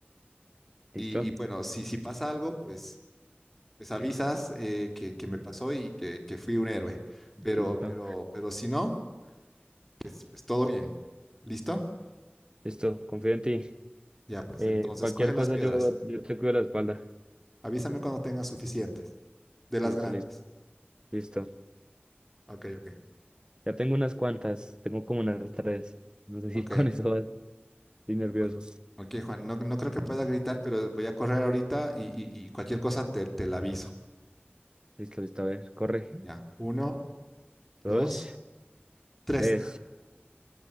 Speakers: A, on the right (about 20°); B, in the centre.
A: ¿Listo?
B: Y, y bueno, si, si pasa algo, pues, pues avisas eh, que, que me pasó y que, que fui un héroe. Pero,
A: Listo.
B: pero, pero si no, pues, pues todo bien. ¿Listo?
A: Listo. Confío en ti.
B: Ya, pues
A: Eh,
B: entonces
A: cualquier
B: coge las
A: cosa
B: piedras.
A: yo, yo te cuido la espalda.
B: Avísame cuando tengas suficientes, de las
A: Listo,
B: grandes.
A: listo, listo.
B: Ok, ok,
A: Ya tengo unas cuantas. Tengo como unas tres. No sé si
B: ok.
A: <laughs> con eso vas. Estoy nervioso.
B: o- Ok, Juan, no, no creo que pueda gritar, pero voy a correr ahorita y, y- y cualquier cosa te, te la aviso.
A: Listo, listo. A ver, corre.
B: Ya, uno,
A: dos,
B: dos, tres.
A: tres.